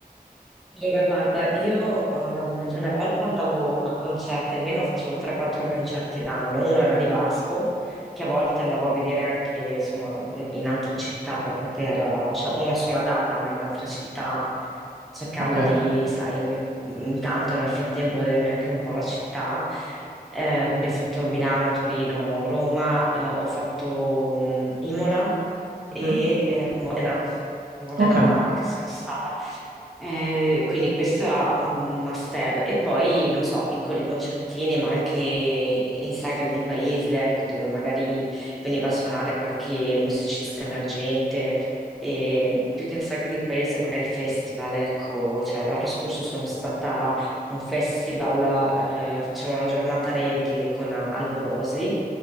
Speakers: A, in the centre; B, on the right.
A: Allora, guarda, io ehm, una volta andavo a concerti, almeno facevo 3-4 concerti l'anno. Uno era di Vasco, che a volte andavo a vedere anche, insomma, in altre città proprio per, eh, cioè una sola data, ma in altre città cercando
B: Ok,
A: di, sai, intanto nel frattempo godermi anche un po' la città. Eh, quindi ho fatto Milano, Torino, Roma, eh, ho fatto mm, Imola
B: mhm,
A: e eh, Modena, Modena
B: Ok,
A: Park sono stata. Eh, quindi questo era un must-have. E poi, non so, piccoli concertini, ma anche in sagre di paese, ecco, dove magari veniva a suonare qualche musicista emergente. E più che sagre di paese, magari festival, ecco. Cioè, l'anno scorso sono stata a un festival, eh, facevo una giornata reggae con Alborosi,